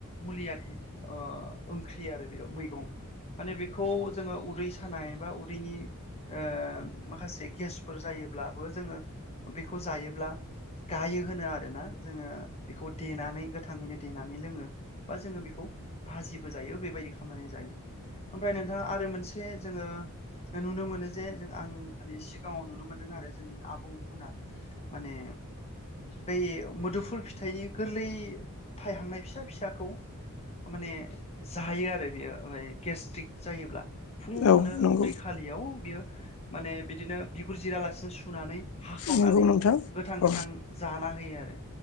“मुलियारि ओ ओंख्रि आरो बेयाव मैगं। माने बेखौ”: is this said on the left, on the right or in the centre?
Left